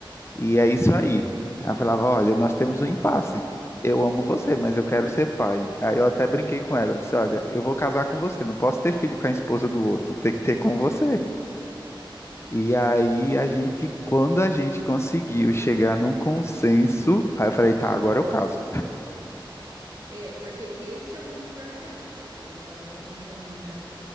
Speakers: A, on the left (about 30°); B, on the right (about 40°).
A: e é isso aí. Ela falava: "Olha, nós temos um impasse. Eu amo você, mas eu quero ser pai". Aí eu até brinquei com ela, eu disse: "Olha, eu vou casar com você, não posso ter filho com a esposa do outro, tem que ter com você". E aí a gente, quando a gente conseguiu chegar num consenso, aí eu falei, tá, agora eu caso.
B: É, porque este é um divisor de águas. Eu tava falando com a menina